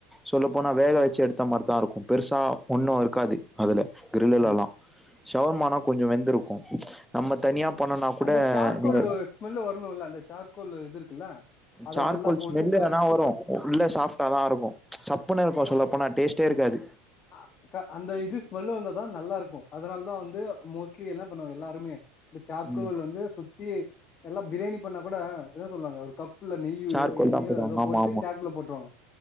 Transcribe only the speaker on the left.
ஆமா
ஆமா
அந்த சார்கோல்
ஸ்மெல்லு வர்ணுல அந்த சார்கோலு இது இருக்குல்ல அத
நல்லா போட்டு
கர்
அ க அந்த இது ஸ்மெல்லு வந்தாதா நல்லா இருக்கு அதுனால்தா வந் து மோஸ்ட்லி என்ன பண்ணுவாங்க எல்லாருமே இந்த சார்கோல்
வந்து சுத் தி எல்லா பிரியாணி பண்ணா கூட இதா சொல்வாங்க ஒரு கப் குள்ள நெய்யயோ
எண்ணயோ
அதுல
போட்டு சார்குல்ல போட்ருவாங்க